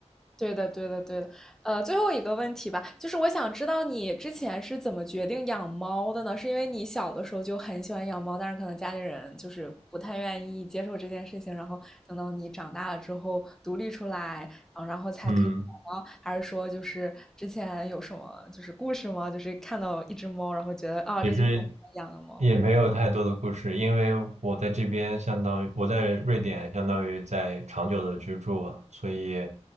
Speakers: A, in the centre; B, on the right.
A: 对的，对的，对的。呃，最后一个问题吧，就是我想知道你之前是怎么决定养猫的呢？是因为你小的时候就很喜欢养猫，但是可能家里人就是不太愿意接受这件事情，然后等到你长大了之后独立出来，嗯，然后才可以养猫，
B: 嗯，
A: 还是说就是之前有什么就是故事吗？就是看到一只猫，然后觉得啊，
B: 其实
A: 这就是我养的猫。
B: 也没有太多的故事，因为我在这边相当于我在瑞典，相当于在长久的居住，所以，